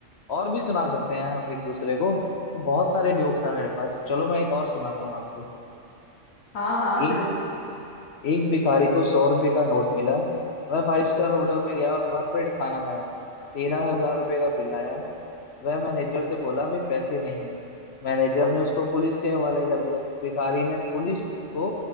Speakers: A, on the left; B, on the left.
A: और भी सुना सकते हैं हम एक दूसरे को तो बहुत सारे जोक्स हैं मेरे पास चलो मैं एक और सुनाता हूँ आपको
B: हाँ हाँ
A: एक
B: जरूर
A: एक भिखारी को सौ रुपये का नोट मिला वह फाइव स्टार होटल में गया और भरपेट खाना खाया तेरह हजार रुपये का बिल आया वह मैनेजर से बोला भी पैसे नहीं है मैनेजर ने उसको पुलिस के हवाले कर दिया भिखारी ने पुलिस को